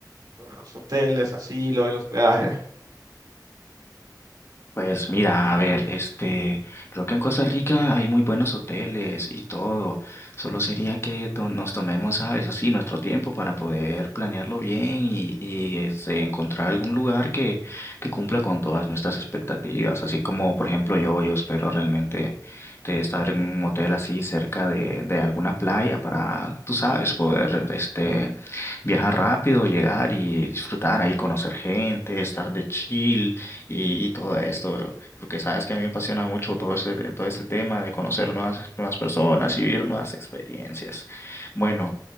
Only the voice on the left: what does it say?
Pues mira, a ver, este, creo que en Costa Rica hay muy buenos hoteles y todo. Solo sería que to- nos tomemos, ¿sabes? Así nuestro tiempo para poder planearlo bien y, y este, encontrar algún lugar que, que cumpla con todas nuestras expectativas. Así como, por ejemplo, yo, yo espero realmente de estar en un hotel así cerca de, de alguna playa para, tú sabes, poder, este, viajar rápido, llegar y disfrutar ahí, conocer gente, estar de chill y, y todo esto, bro. Porque sabes que a mí me apasiona mucho todo ese, todo este tema de conocer nuevas, nuevas personas y vivir nuevas experiencias. Bueno,